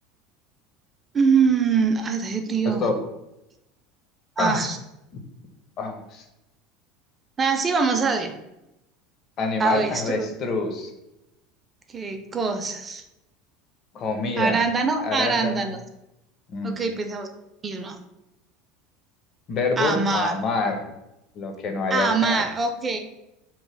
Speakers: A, on the right; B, on the left.
A: mm, ay, adjetivo.
B: Stop.
A: Ah,
B: <clears throat> Ah, vamos.
A: así vamos a ver.
B: Animal,
A: Avestruz.
B: avestruz.
A: Qué cosas.
B: Comida,
A: Arándano,
B: arándano.
A: arándanos.
B: Mm.
A: Ok, pensamos lo mismo.
B: Verbo,
A: Amar.
B: amar. Lo que no hay
A: Amar.
B: acá.
A: Ok.